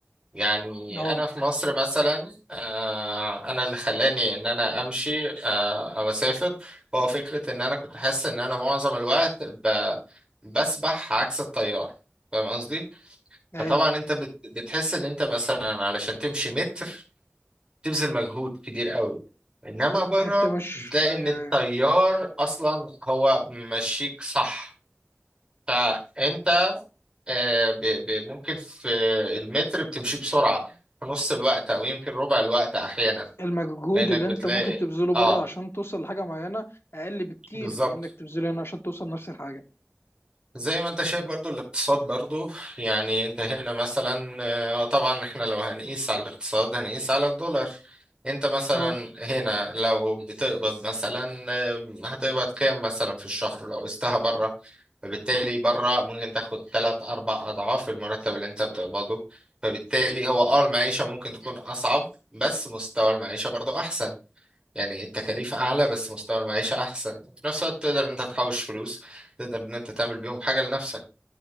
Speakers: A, on the right (about 20°); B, on the left (about 60°).
A: يعني
B: اهو
A: انا في مصر مثلا آه، انا اللي خلاني ان انا امشي آه، او اسافر هو فكرة ان انا كنت حاسس ان انا معظم الوقت ب- بسبح عكس التيار فاهم قصدي؟ فطبعا
B: ايوه
A: انت بت- بتحس ان انت مثلا علشان تمشي متر بتبذل مجهود كبير قوي انما بره
B: انت مش
A: بتلاقي
B: ايوه
A: ان التيار
B: ايوه
A: اصلا هو ماشيك صح فانت آه، ب- ب- ممكن في المتر بتمشي بسرعه في نص الوقت او يمكن ربع الوقت احيانا
B: المجهود
A: لانك
B: اللي
A: بتلاقي
B: انت ممكن تبذله
A: اه
B: بره عشان توصل لحاجه معينه اقل بكتير
A: بالظبط
B: من انك تبذله هنا عشان توصل نفس الحاجه
A: زي ما انت شايف برضو الاقتصاد برضو يعني انت هنا مثلا آه، طبعا احنا لو هنقيس على الاقتصاد هنقيس على الدولار انت مثلا
B: اهو
A: هنا لو بتقبض مثلا آه، هتقبض كام مثلا في الشهر لو قستها بره فبالتالي بره ممكن تاخد تلات اربع اضعاف المرتب اللي انت بتقبضه فبالتالي هو اه المعيشة ممكن تكون اصعب بس مستوى المعيشة برضو احسن يعني التكاليف اعلى بس مستوى المعيشة احسن في نفس الوقت تقدر ان انت تحوش فلوس تقدر ان انت تعمل بيهم حاجة لنفسك